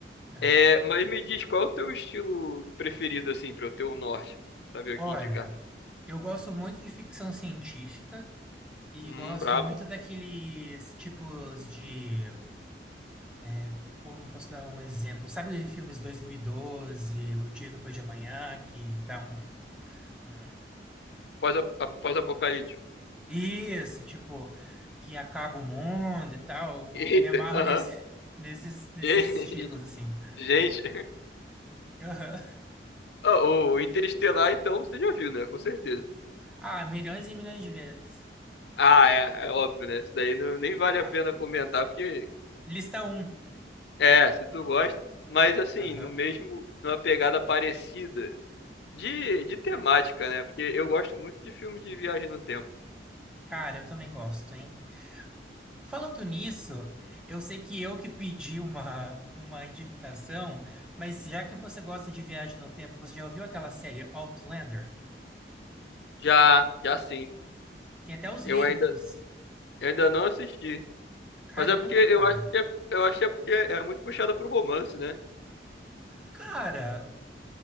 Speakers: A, in the centre; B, on the left (about 70°).
A: aham.
B: É, mas me diz, qual é o teu estilo preferido, assim, pra eu ter um norte? Saber o
A: Olha,
B: que indicar.
A: eu gosto muito de ficção científica e
B: Hum,
A: gosto
B: brabo.
A: muito daqueles tipos de É, como posso dar um exemplo? Sabe filmes 2012 O Dia Depois de Amanhã, que dá um, um...
B: Pós-apocalíptico. Pós-apocalíptico.
A: Isso, tipo, que acaba o mundo e tal. Eu Me
B: Eita,
A: amarro
B: aham.
A: nesse, <laughs> nesses, nesses
B: <laughs>
A: estilos, assim.
B: Gente,
A: Aham.
B: Ah, O Interestelar, então, você já viu, né? Com certeza.
A: Ah, milhões e milhões de vezes.
B: Ah, é, é óbvio, né? Isso daí não, nem vale
A: Ah,
B: a pena comentar, porque
A: lista um
B: é, se tu gosta, mas assim,
A: Aham.
B: no mesmo, numa pegada parecida de, de temática, né? Porque eu gosto muito de filme de viagem no tempo.
A: Cara, eu também gosto, hein? Falando nisso, eu sei que eu que pedi uma, uma indicação, mas já que você gosta de viagem no tempo, você já ouviu aquela série Outlander?
B: Já, já sim.
A: Tem até os
B: Eu
A: livros.
B: ainda, eu ainda não assisti.
A: Caramba,
B: Mas é porque eu
A: cara.
B: acho que é, eu acho que é porque é muito puxada pro romance, né?
A: Cara,